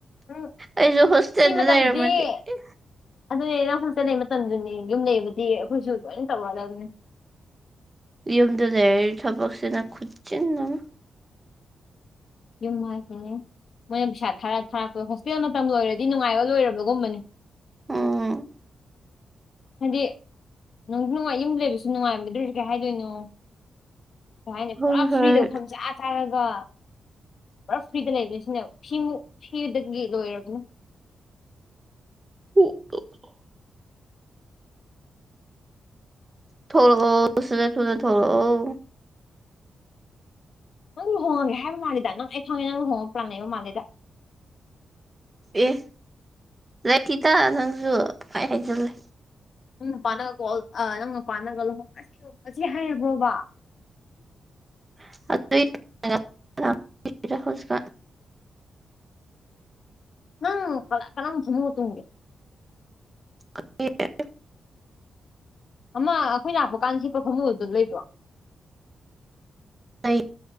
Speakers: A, on the left; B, on the right.
A: ꯎꯝ
B: ꯑꯩꯖꯨ ꯍꯣꯁꯇꯦꯜꯗ
A: ꯁꯤ ꯃꯇꯝꯁꯤꯗꯤ
B: ꯂꯩꯔꯝꯃꯗꯤ ꯏ
A: ꯑꯗꯨꯅꯦ ꯅꯪ ꯍꯣꯁꯇꯦꯜ ꯂꯩ ꯃꯇꯝꯗꯨꯅꯦ ꯌꯨꯝ ꯂꯩꯕꯗꯤ ꯑꯩꯈꯣꯏꯁꯨ ꯂꯣꯏꯅ ꯇꯧꯔꯛꯗꯕꯅꯦ
B: ꯌꯨꯝꯗ ꯂꯩꯔꯗꯤ ꯊꯕꯛꯁꯤꯅ ꯈꯨꯠꯆꯤꯟ ꯑꯃ
A: ꯌꯨꯝ ꯍꯥꯏꯁꯦ ꯃꯣꯏꯅ ꯄꯩꯁꯥ ꯊꯥꯔ ꯊꯥꯔꯛꯄ ꯍꯣꯁꯇꯦꯜ ꯃꯇꯝ ꯂꯣꯏꯔꯗꯤ ꯅꯨꯡꯉꯥꯏꯕ ꯂꯣꯏꯔꯕꯒꯨꯝꯕꯅꯦ
B: ꯎꯝ
A: ꯍꯥꯏꯗꯤ ꯅꯨꯡꯁꯨꯅꯨꯡꯉꯥꯏ ꯌꯨꯝꯗ ꯂꯩꯕꯁꯨ ꯅꯨꯡꯉꯥꯏꯕꯅꯤ ꯑꯗꯨ ꯑꯣꯏꯔꯁꯨ ꯀꯩ ꯍꯥꯏꯗꯣꯏꯅꯣ ꯀꯩ ꯍꯥꯏꯅꯤ
B: ꯍꯣꯏ
A: ꯄꯨꯔꯥ
B: ꯍꯣꯏ
A: ꯐ꯭ꯔꯤꯗ ꯐꯝꯖꯥ ꯆꯥꯔꯒ ꯄꯨꯔꯥ ꯐ꯭ꯔꯤꯗ ꯂꯩꯕ ꯁꯤꯅꯦ ꯁꯤꯃꯨꯛ ꯁꯤꯗꯒꯤ ꯂꯣꯏꯔꯕꯅꯤ
B: <unintelligible> ꯊꯣꯂꯛ ꯑꯣ ꯁꯠ ꯁꯠ ꯊꯨꯅ ꯊꯣꯂꯛꯑꯣ
A: ꯅꯪ ꯂꯨꯍꯣꯡꯉꯒꯦ ꯍꯥꯏꯕ ꯃꯥꯜꯂꯤꯗ ꯅꯪ ꯑꯩ ꯈꯪꯉꯦ ꯅꯪ ꯂꯨꯍꯣꯡꯕ ꯄ꯭ꯂꯥꯟ ꯂꯩꯕ ꯃꯥꯜꯂꯤꯗ
B: ꯑꯦ ꯂꯩ ꯊꯤꯗ ꯅꯪꯁꯨ ꯄꯪꯍꯥꯏ ꯍꯥꯏꯖꯜꯂꯦ
A: ꯅꯪ ꯅꯨꯄꯥꯅꯒ ꯀꯣꯜ ꯑ ꯅꯪ ꯅꯨꯄꯥꯅꯒ ꯂꯨꯍꯣꯡꯉꯁꯤ ꯍꯥꯏꯔꯕ꯭ꯔꯣꯕ
B: <unintelligible>
A: ꯅꯪ <unintelligible>
B: <unintelligible>
A: ꯑꯃ ꯑꯩꯈꯣꯏ ꯂꯥꯛꯄ ꯀꯥꯟꯗ ꯍꯤꯠꯄ ꯐꯃꯨꯡ ꯑꯗꯨꯗ ꯂꯩꯕ꯭ꯔꯣ
B: ꯂꯩ